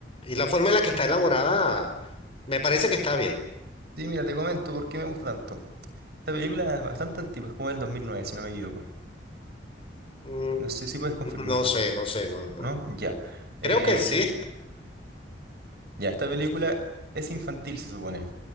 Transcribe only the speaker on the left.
y la forma en la que está elaborada, me parece que está bien.
Mm,
No sé, no sé, no, no.
Creo que sí.